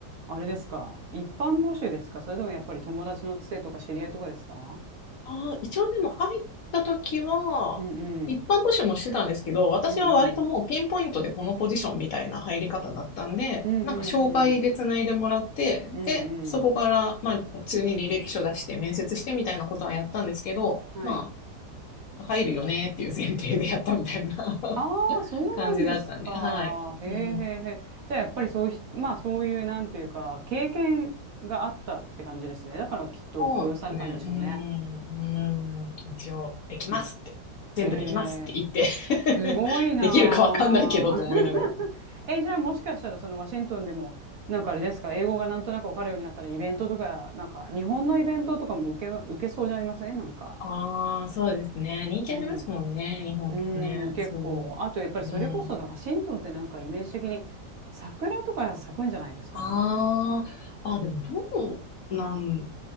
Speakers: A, on the right; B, on the left.
A: あれですか。一般募集ですかそれともやっぱり友達のつてとか知り合いとかですか
B: あ、一応でも入った時は、
A: うんうん。
B: 一般募集もしてたんですけど、私は割ともうピンポイントでこのポジションみたいな入り方だったんで、
A: うんうん。うんうんうん。
B: なんか紹介で繋いでもらって、
A: うんうん。
B: で、そこから、まあ、普通に履歴書出して面接してみたいなことはやったんですけど、
A: はい
B: まあ、入るよねっていう前提でやったみたいな
A: ああ、
B: <laughs>
A: そうなんですか。
B: 感じだったんで、はい。
A: へえへえへえ。
B: うん。
A: じゃあ、やっぱりそうひ、まあ、そういう、なんていうか、経験があったって感じですね。だから、きっと雇用されたんでしょうね。
B: そうですね。うん、うん、一応、できますって。
A: うん
B: 全部できますって言って
A: へえ、すごいな
B: <laughs> できるかわかんないけどと思いながら。
A: あ。<laughs> え、じゃあ、もしかしたら、そのワシントンでも、なんかあれですか、英語がなんとなくわかるようになったら、イベントとか、なんか、日本のイベントとかも受け、受けそうじゃありませんなんか。
B: ああ、そうですね。人気ありますもんね、
A: うん。
B: 日本とかね。
A: うーん、結構。
B: そう。
A: あと、やっぱりそれこそ、
B: うん。
A: ワシントンってなんかイメージ的に、桜とか咲くんじゃないですか
B: ああ、あ、でもどうなん